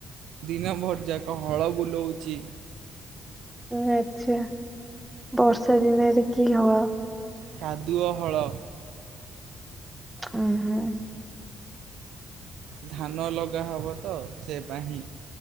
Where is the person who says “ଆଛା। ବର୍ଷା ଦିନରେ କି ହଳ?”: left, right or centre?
Centre